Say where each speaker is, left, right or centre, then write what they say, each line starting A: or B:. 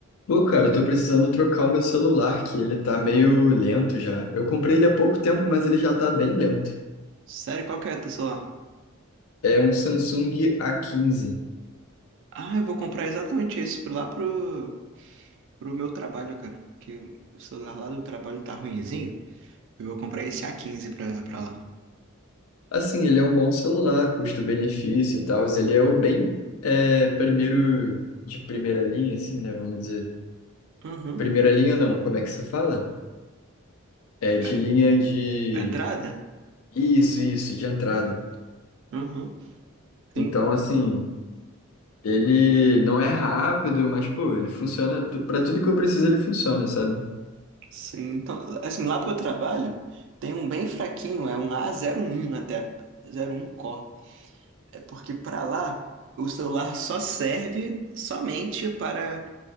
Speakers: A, on the left; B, on the right.
A: Pô, cara, eu tô precisando trocar o meu celular, que ele tá meio lento já. Eu comprei ele há pouco tempo, mas ele já tá bem lento.
B: Sério, qual que é teu celular?
A: É um Samsung A15.
B: Ah, eu vou comprar exatamente esse pro- lá pro, pro meu trabalho, cara. Que o celular lá do trabalho tá ruinzinho. Eu vou comprar esse A15 pra, pra lá.
A: Assim, ele é um bom celular, custo-benefício e tal. Ele é o bem é, primeiro de primeira linha, assim, né? Vamos dizer.
B: Uhum.
A: Primeira linha não, como é que se fala? É de
B: É,
A: linha de.
B: a entrada?
A: Isso, isso, de entrada.
B: Uhum. Sim.
A: Então, assim, ele não é rápido, mas, pô, ele funciona. tu- Pra tudo que eu preciso, ele funciona, sabe?
B: Sim. Então, assim, lá pro trabalho tem um bem fraquinho, é um A01 até. 01 Core. É porque pra lá o celular só serve somente para